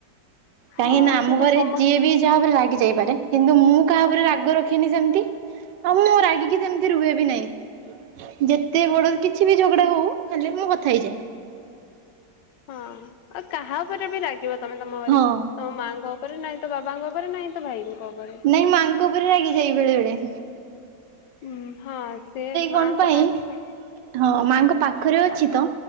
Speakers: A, on the right; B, on the left.
A: କାହିଁକିନା
B: ହଁ
A: ଆମ
B: ସେଇଟା
A: ଘରେ
B: ସମସ୍ତ
A: ଯିଏ ବି ଯାହା ଉପରେ ରାଗି ଯାଇପାରେ, କିନ୍ତୁ ମୁଁ କାହା ଉପରେ ରାଗ ରଖେନି ସେମତି ଆଉ ମୁଁ ରାଗିକି ସେମତି ରୁହେ ବି ନାଇଁ। ଯେତେ ବଡ କିଛି ବି ଝଗ ଝଗଡ଼ା ହଉ, ହେଲେ ବି ମୁଁ କଥା ହେଇଯାଏ।
B: ହଁ, ଆଉ କାହା ଉପରେ ବି ରାଗିବ ତମେ ତମ ଘରେ?
A: ହଁ
B: ତମ ମାଆଙ୍କ ଙ୍କ ଉପରେ, ନାଇଁ ତ ବାବାଙ୍କ ଉପରେ, ନାହିଁ ତ ଭାଇଙ୍କ ଉପରେ।
A: ନାଇଁ ମାଆଙ୍କ ଉପରେ ରାଗିଯାଇ ବେଳେବେଳେ।
B: ଉଁ ହଁ, ସେ
A: କଣ
B: ମାଆଙ୍କ
A: ପାଇଁ
B: ପାଖ
A: ହଁ, ମାଆଙ୍କ ପାଖରେ ଅଛି, ତ